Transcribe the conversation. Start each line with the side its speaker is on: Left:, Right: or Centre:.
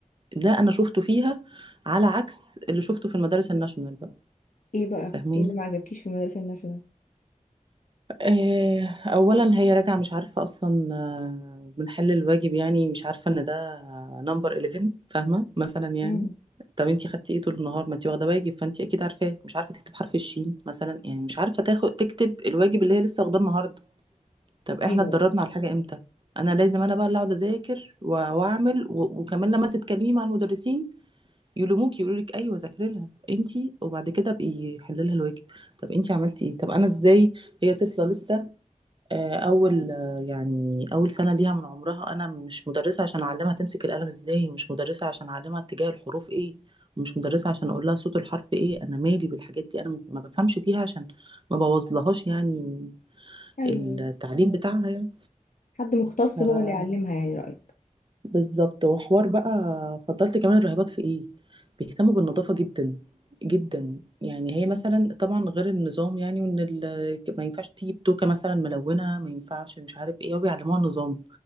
Right: ده انا شفته فيها على عكس اللي شفته في المدارس الناشونال بقى
Left: ايه بقى
Right: فاهمين
Left: ايه اللي ما عجبكيش في المدرسة الناشونال
Right: آه، اولا هي راجعه مش عارفه اصلا آه، بنحل الواجب يعني مش عارفه ان ده نمبر 11 فاهمه مثلا يعني
Left: مم.
Right: طب انتي خدتي ايه طول النهار ما انتي واخده واجب فانتي اكيد عارفاه مش عارفه تكتب حرف الشين مثلا يعني مش عارفه تاخد تكتب الواجب اللي هي لسه واخداه النهارده طب احنا
Left: ايوه
Right: اتدربنا على الحاجه امتى انا لازم انا بقى اللي اقعد اذاكر و- واعمل و- وكمان لما تتكلمي مع المدرسين يلوموك يقولوا لك ايوه ذاكري لها انتي وبعد كده بقي حللها الواجب طب انتي عملتي ايه طب انا ازاي هي طفله لسه آه، اول آه، يعني اول سنه ليها من عمرها انا مش مدرسه عشان اعلمها تمسك القلم ازاي ومش مدرسه عشان اعلمها اتجاه الحروف ايه ومش مدرسه عشان اقول لها صوت الحرف ايه انا مالي بالحاجات دي انا ما بفهمش فيها عشان ما بوظلهاش يعني
Left: ايوه
Right: التعليم
Left: أيوة.
Right: بتاعها يعني
Left: حد مختص
Right: ف
Left: هو اللي يعلمها يعني رأيك
Right: بالظبط وحوار بقى فضلت كمان الراهبات في ايه بيهتموا بالنظافة جدا جدا يعني هي مثلا
Left: مم.
Right: طبعا غير النظام يعني وان ال- ما ينفعش تجيب توكة مثلا ملونة ما ينفعش مش عارف ايه وبيعلموها النظام